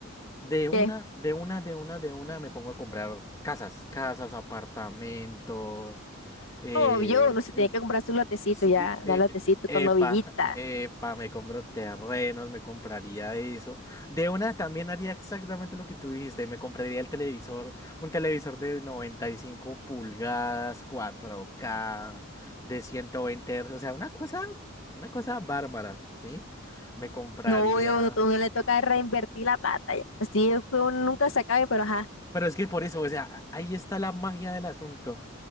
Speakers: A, on the left; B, on the left.
A: De una,
B: ¿Qué?
A: de una, de una, de una me pongo a comprar casas, casas, apartamentos. Eh,
B: Obvio, uno se
A: em,
B: tiene que comprar su lotecito
A: sí,
B: ya,
A: eh, eh,
B: un lotecito
A: eh,
B: con
A: epa,
B: novillita.
A: epa, me compro terrenos, me compraría eso. De una también haría exactamente lo que tú dijiste, me compraría el televisor, un televisor de 95 pulgadas, cuatro k de 120 Hz, o sea, una cosa, una cosa bárbara, ¿sí? Me compraría.
B: No, obvio, no, uno le toca reinvertir la plata ya. Así es que uno nunca se acabe, pero ajá,
A: Pero es que por eso, o sea, ahí está la magia del asunto.